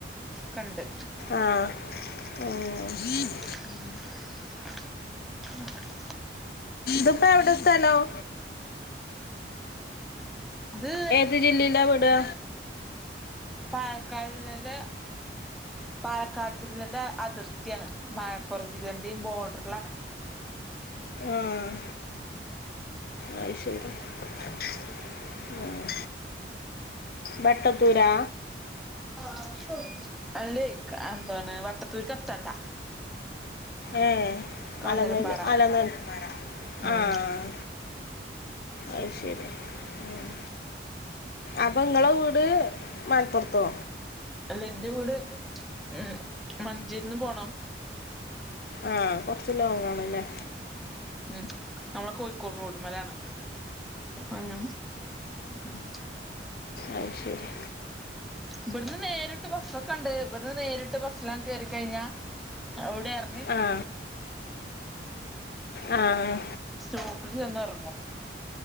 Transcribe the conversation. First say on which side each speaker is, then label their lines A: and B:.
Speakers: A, in the centre; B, on the left.
A: ക്കണ്ട്
B: ആഹ് ഏഹ്
A: ഉം
B: ദ്പ്പ എവിടെ സ്ഥലോം
A: ത്
B: ത് ജില്ലേല്ലാ പെടാ
A: പാലക്കാട്ല്ലല്ലന്റെ പാലക്കാട് ജില്ലന്റെ അതിർ ത്തിയാണ് മലപ്പുറം ജില്ലന്റെം ബോർഡർലാണ്
B: ആഹ് <inaudible> അയ് ശരി <inaudible> ആഹ് ബട്ടത്തൂരാ
A: <inaudible> അല്ലേ എന്താണ് വട്ടത്തൂർക്കെത്തണ്ട
B: ഏഹ്
A: കാഞ്ഞിരംപാറ
B: അലന്നല്ല അലന്നൾ
A: ഉം
B: ആഹ് അയിശരി ഉം അപ്പൊ ങ്ങളെ വീട് മലപ്പുറത്തോ
A: അല്ല ന്റെ വീട് ഉം മഞ്ചേരിന്ന് പോണം
B: ആഹ് കൊറച്ച് ലോങ്ങണല്ലേ
A: ഉം നമ്മളെ കോഴ് ക്കോട്റോഡ്മ്മലാണ് അങ്ങ മ്മ്
B: അയ്ശരി
A: ഇബട്ന്ന് നേരിട്ട് ബസ്സൊക്കണ്ട് ഇബ അത് നേരിട്ട് ബസ്സിലാം കയരി കഴിഞ്ഞാ അവിടെഇറക്
B: ആഹ് ആഹ്
A: സ്റ്റോപ്പിൽ ചെന്ന് ഇറങ്ങും